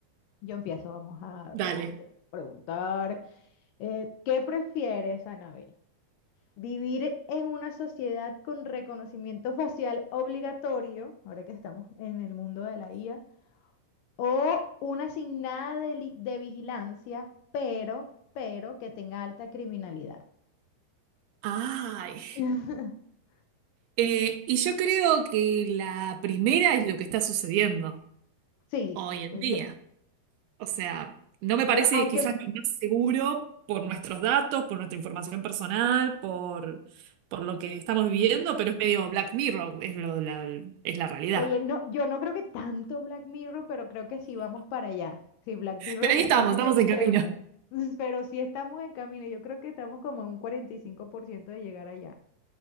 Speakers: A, on the left; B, on the right.
A: yo empiezo, vamos a ver
B: Dale.
A: qué te puedo preguntar. Eh, ¿qué prefieres, Anabel? ¿Vivir en una sociedad con reconocimiento facial obligatorio, ahora que estamos en el mundo de la IA, o una asignada de, li- de vigilancia, pero, pero que tenga alta criminalidad?
B: Ay.
A: <laughs>
B: Eh, y yo creo que la primera es lo que está sucediendo
A: Sí,
B: hoy en
A: yo,
B: día. O sea, no me
A: bueno,
B: parece
A: aunque,
B: quizás lo más seguro por nuestros datos, por nuestra información personal, por, por lo que estamos
A: sí,
B: viviendo, pero es medio Black Mirror, es, lo- la, es la realidad.
A: Oye, no, yo no creo que tanto Black Mirror, pero creo que sí vamos para allá. Sí, Black Mirror
B: Pero ahí
A: está
B: estamos,
A: muy
B: estamos
A: extremo,
B: en camino.
A: <laughs> pero sí estamos en camino. Yo creo que estamos como en un 45% de llegar allá.